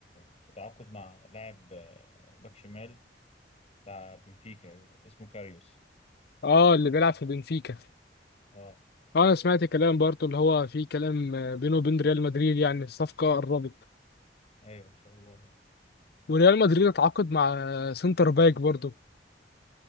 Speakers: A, on the left; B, on the left.
A: في تعاقد مع لاعب آه، باك شمال بتاع بنفيكا اسمه كاريوس
B: اه اللي بيلعب في بنفيكا
A: اه
B: آه، انا سمعت كلام برضه اللي هو في كلام آه، بينه وبين ريال مدريد يعني الصفقه قربت
A: ايوه ان شاء الله يعني.
B: وريال مدريد اتعاقد مع آه، سنتر باك برضه